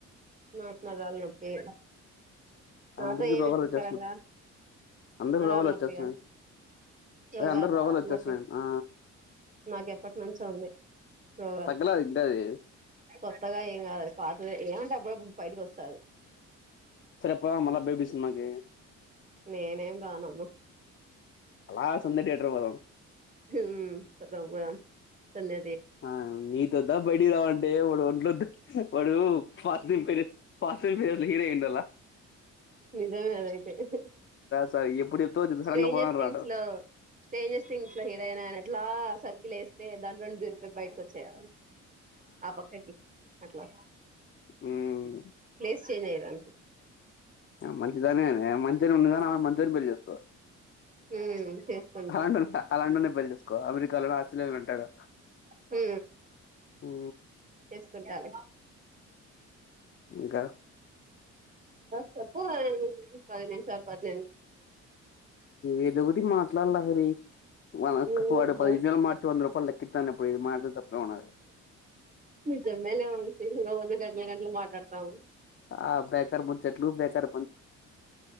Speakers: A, on the right; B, on the left.
A: నాక్ నరాల నొప్పి నాతో
B: అందరికి
A: ఏమిప్పుసరంగా
B: రోగాలు వచ్చేస్తున్నాయి అందరికి
A: నరళ్ల
B: రోగాలు వచ్చేస్తున్నాయి
A: నొప్పిగా రోగాల
B: అదే అందరు రోగాలు వచ్చేస్తున్నాయి
A: నాక
B: ఆ
A: నాకెప్పటి నుంచి ఉంది రోగాలు
B: తగ్గలేదు ఇంకా అది
A: కొత్తగా ఏం కాదు పాత ఏమంట అప్పుడప్పుడు బైకి వస్తారు
B: సరే అప్ప మళ్ళ బేబి సినిమాకి
A: నేనేం రానమ్మ
B: అలా సంధ్య థియేటర్ పోదాం
A: మ్ పోదామా న్
B: ఆ నీత వద్ద బయటికి రావ టె వాడ్ ఒంట్లో వాడు <unintelligible> ఇండల
A: నిజామే అద
B: సార్ ఎప్పుడు చెప్తావో సడన్
A: స్ట్రేంజెస్
B: గా పోదాం
A: థింగ్స్
B: రా అంటావు
A: లో స్ట్రేంజెస్ థింగ్స్ లో హీరోయిన్ లా అట్లా సర్ లేేస్తే దాంట్లో నుంచ్ దుర్గ బ చేయాల ఆ పక్కకి అట్లా
B: ఉమ్
A: ప్లేస్ చేంజ్ అయ్యదా
B: మంచిదానే మంచిగానే ఉన్నదాని ఆడ మంచిదని పెళ్లి చేసుకోవ
A: ఉమ్ చేసుకుంటా
B: అలంట అలాంటోళనే పెళ్లి చేసుకోవాలా అ <unintelligible> అంటాడు
A: మ్
B: మ్
A: చేసుకుంటాలే
B: ఇంకా
A: చెప్పు పది నిముషాలు పది
B: ఏదో ఒకటి మాట్లాడు లహరి <unintelligible>
A: నీదా
B: పది నిమిషాలు మట్లాడి వంద రూపాయలు లెక్కిత్తాను ఏది మాత్రం తప్పేం ఉన్నది.
A: నిజమేలే వంశీ రోజు గంటలు గంటలు మాట్లాడతాం.
B: ఆ <unintelligible> ముచ్చట్లు వత్తయ